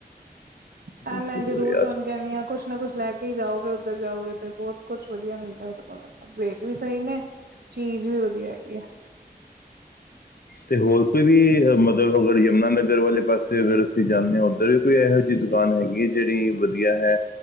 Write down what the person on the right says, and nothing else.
ਹ
ਮੈਂ ਜਰੂਰ
ਤੁਹਣ ਕਹਦੀ ਹਾਂ ਕੁੱਛ ਨਾ ਕੁੱਛ ਲੈ ਕੇ ਹੀ ਜਾਓਗੇ ਉੱਧਰ ਜਾਓਗੇ ਤੇ ਬਹੁਤ ਕੁਛ ਵਧੀਆ ਮਿਲਦਾ ਉਹਦੇ ਕੋਲ ਮਲਬ ਰੇਟ ਵੀ ਸਹੀ ਨੇ ਚੀਜ਼ ਵੀ ਵਧੀਆ ਹੈਗੀ ਆ